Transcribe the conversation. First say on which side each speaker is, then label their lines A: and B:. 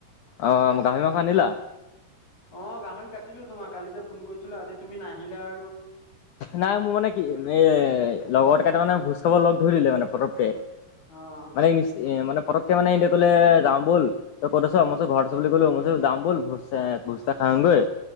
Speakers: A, on the left; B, on the left.
A: অ', গাহৰি মাংস আনিলা।
B: অ', গাহৰি কাটিলো তোমাৰ, কালি যে ফোন কৰিছিলো আজি তুমি নাহিলা আৰু।
A: নাই মোৰ মানে কি এ লগৰ কেইটা মানে ভোজ খাব লগ ধৰি দিলে মানে পতককে।
B: অ'।
A: মানে <unintelligible> মানে পটককে মানে ইহঁতে ক'লে যাওঁ ব'ল। তই ক'ত আছ মই কৈছোঁ ঘৰত আছোঁ বুলি ক'লো, <unintelligible> যাওঁ ব'ল ভোজ এ ভুজ এটা খাওঁগৈ।